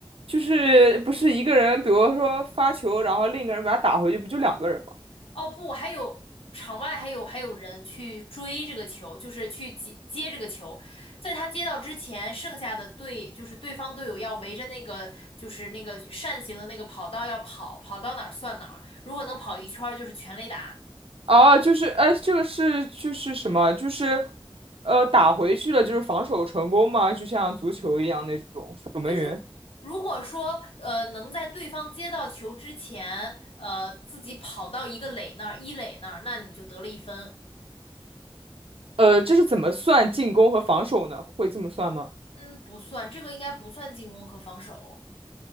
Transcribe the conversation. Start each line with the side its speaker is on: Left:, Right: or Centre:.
Right: 就是不是一个人，比如说发球，然后另一个人把他打回去，不就两个人吗？
Left: 哦不，还有场外还有还有人去追这个球，就是去接接这个球，在他接到之前，剩下的队就是对方队友要围着那个就是那个扇形的那个跑道要跑，跑到哪儿算哪儿，如果能跑一圈儿就是全垒打。
Right: 哦，就是哎，这个是就是什么？就是呃，打回去了，就是防守成功吗？就像足球一样那种守门员。
Left: 就是如果说呃能在对方接到球之前，呃自己跑到一个垒那儿，一垒那儿，那你就得了一分。
Right: 呃，这是怎么算进攻和防守呢？会这么算吗？
Left: 嗯，不算，这个应该不算进攻和防守。